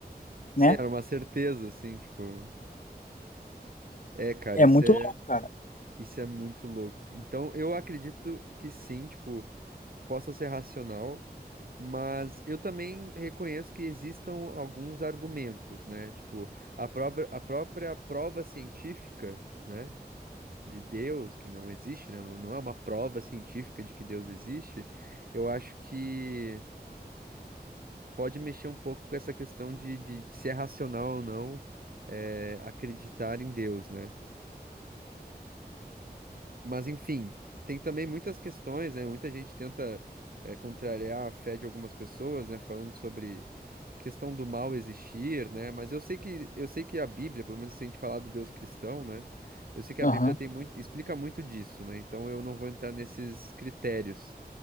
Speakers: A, on the right; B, on the left.
A: Sim,
B: né?
A: era uma certeza, assim, tipo. É, cara,
B: É
A: isso
B: muito
A: é,
B: louco, cara.
A: isso é muito louco. Então, eu acredito que sim, tipo, possa ser racional, mas eu também reconheço que existam alguns argumentos, né? Tipo, a própria, a própria prova científica, né? De Deus, que não existe, né? Não não é uma prova científica de que Deus existe. Eu acho que. pode mexer um pouco com essa questão de, de- de se é racional ou não eh, acreditar em Deus, né? Mas enfim, tem também muitas questões, né? Muita gente tenta eh, contrariar a fé de algumas pessoas, né? Falando sobre questão do mal existir, né? Mas eu sei que eu sei que a Bíblia, pelo menos se a gente falar do Deus cristão, né? Eu sei que
B: Aham.
A: a Bíblia tem muito, explica muito disso, né? Então eu não vou entrar nesses critérios.